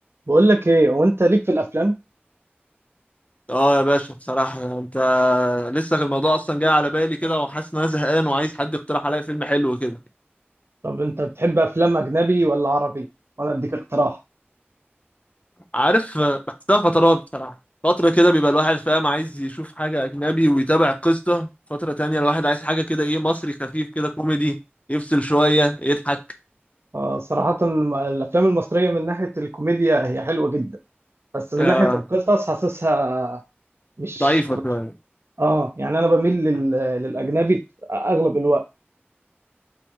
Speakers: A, on the right; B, on the left.
A: بقول لك ايه هو انت ليك في الافلام
B: اه يا باشا بصراحة انت لسه الموضوع اصلا جاي على بالي كده وحاسس ان انا زهقان وعايز حد يقترح عليا فيلم حلو كده
A: طب انت بتحب افلام اجنبي ولا عربي وانا اديك اقتراح
B: عارف آه، بحسها فترات بصراحة فترة كده بيبقى الواحد فاهم عايز يشوف حاجة أجنبي ويتابع قصة فترة تانية الواحد عايز حاجة كده إيه مصري خفيف كده كوميدي يفصل شوية يضحك
A: آه صراحة الافلام المصرية من ناحية الكوميديا هي حلوة جدا بس من
B: آه
A: ناحية القصص حاسسها مش
B: ضعيفة
A: مش-
B: شوية
A: اه يعني انا بميل لل... للاجنبي في اغلب الوقت